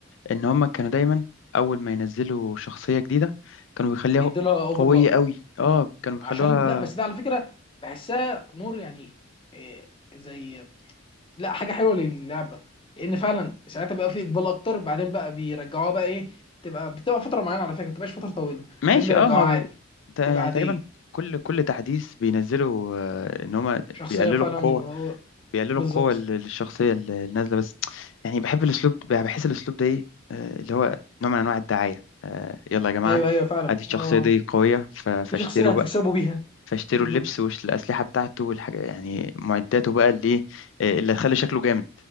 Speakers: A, on the left; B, on the left.
A: ان هم كانوا دايما اول ما ينزلوا شخصيه جديده كانوا بيخليها
B: بيدوا لها اوفر
A: قويه
B: باور
A: قوي اه
B: امم
A: كانوا بيخلوها
B: عشان لا بس ده على فكره بحسها مور يعني إيه زي لا حاجه حلوه للعبه لان فعلا ساعتها بقى في اقبال اكتر بعدين بقى بيرجعوها بقى ايه تبقى بتبقى فتره معينه على فكره ما بتبقاش فتره طويله
A: ماشي
B: بعدين بيرجعوها
A: اه ما هو
B: عادي
A: ده
B: تبقى
A: يعني
B: عاديه
A: تقريبا كل كل تحديث بينزلوا آه، ان هم
B: شخصيه
A: بيقللوا
B: فعلا
A: القوه
B: هو-
A: بيقللوا
B: بالظبط
A: القوة ال- الشخصية ال- النازلة بس يعني بحب الأسلوب ده- بحس الأسلوب ده إيه آه، اللي هو نوع من أنواع الدعاية آه، يلا يا جماعة
B: ايوه ايوه فعلا
A: أدي الشخصية
B: اه
A: دي قوية ف- فاشتروا
B: في شخصيه هتكسبوا
A: بقى
B: بيها
A: فاشتروا
B: بالظبط
A: اللبس والأسلحة بتاعته والحاجة يعني معداته بقى اللي إيه آه، اللي هتخلي شكله جامد